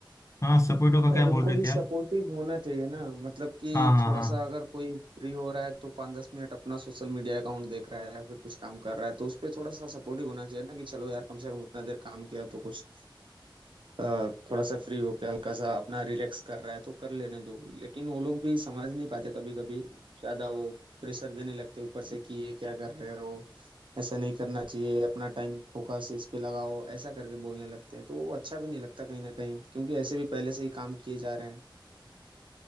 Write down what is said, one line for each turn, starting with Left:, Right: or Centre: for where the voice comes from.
Left: हाँ सपोर्टो का
Right: और
Left: क्या
Right: उनको
Left: बोल रहे
Right: भी
Left: थे
Right: सपोर्टिव
Left: आप
Right: होना चाहिए ना मतलब कि
Left: हाँ हाँ
Right: थोड़ा
Left: हाँ
Right: सा अगर कोई फ्री हो रहा है तो पाँच दस मिनट अपना सोशल मीडिया अकाउंट देख रहा है या फिर कुछ काम कर रहा है तो उस पे थोड़ा सा सपोर्टिव होना चाहिए ना कि चलो यार कम से कम उतना देर काम किया तो कुछ अ, थोड़ा सा फ्री होके हल्का सा अपना रिलैक्स कर रहा है तो कर लेने दो लेकिन वो लोग भी समझ नहीं पाते कभी कभी ज्यादा वो प्रेशर देने लगते ऊपर से कि ये क्या कर रहे हो ऐसा नहीं करना चाहिए अपना टाइम फोकस इस पे लगाओ ऐसा करके बोलने लगते हैं तो वो अच्छा भी नहीं लगता कहीं ना कहीं क्योंकि ऐसे भी पहले से ही काम किए जा रहे हैं